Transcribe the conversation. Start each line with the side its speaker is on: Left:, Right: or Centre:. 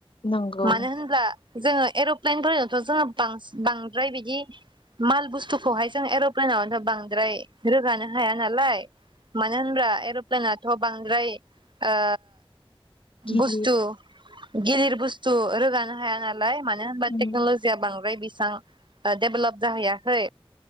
Left: नंगौ
Right: मानो होनब्ला जोङो एर'प्लेनफोरजोंथ' जोङो बांस बांद्राय बिदि माल बुस्थुखौहाय जों एर'प्लेनावथ' बांद्राय रोगानो हाया नालाय मानो होनबा एर'प्लनाथ' बांद्राय ओ
Left: गिलिर
Right: बुस्थु गिलिर बुस्थ थु रोगानो हायाना लाय मानो होनबा
Left: उम
Right: टेकनलजिया बांद्राय बेसां ओ डेभलप जाहैयाखै